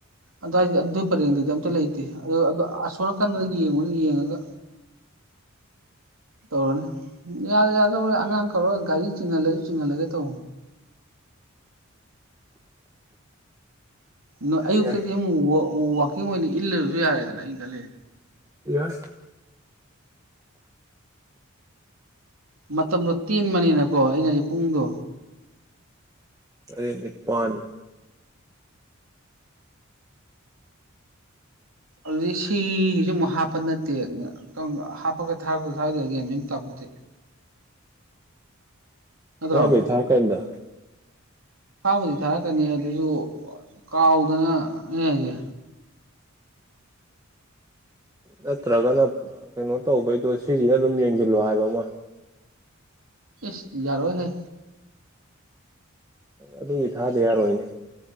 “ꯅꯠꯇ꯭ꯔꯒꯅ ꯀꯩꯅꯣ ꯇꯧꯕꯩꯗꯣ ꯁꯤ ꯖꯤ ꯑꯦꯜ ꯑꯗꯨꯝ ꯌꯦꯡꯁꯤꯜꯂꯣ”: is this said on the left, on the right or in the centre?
Right